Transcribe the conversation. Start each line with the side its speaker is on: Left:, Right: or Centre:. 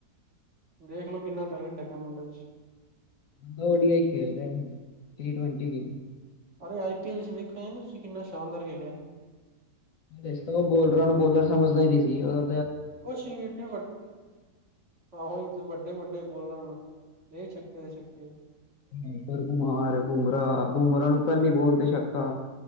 Right: ਦੇਖ ਲਓ ਕਿੰਨਾ ਟੈਲੈਂਟ ਹੈਗਾ ਮੁੰਡੇ ਚ।
Left: ਵਧੀਆ ਹੀ ਖੇਲ ਰਿਹਾ ਸੀ। ਟੀ ਟਵੰਟੀ ਵੀ।
Right: ਅਰੇ ਆਈ ਪੀ ਐਲ ਚ ਵੇਖਿਆ ਤੁਸੀਂ ਕਿੰਨਾ ਸ਼ਾਨਦਾਰ ਖੇਲਿਆ।
Left: ਇਸ ਤਰਾਂ ਉਹ ਬੋਲਰਾਂ ਨੂੰ ਬੋਲਰ ਸਮਝਦਾ ਹੀ ਨੀ ਸੀ, ਉਹ
Right: ਕੁਛ ਵੀ ਇਡੇ ਵੱ ਆਹੋ ਵੱਡੇ-ਵੱਡੇ ਬੋਲਰਾ ਦਾ ਦੇ ਛੱਕੇ ਦੇ ਛੱਕੇ।
Left: ਹਕਰ ਕੁਮਾਰ, ਬੂਮਰਾ-ਬੂਮਰਾ ਨੂੰ ਪੈਲੀ ਬੋਲ ਤੇ ਛੱਕਾ।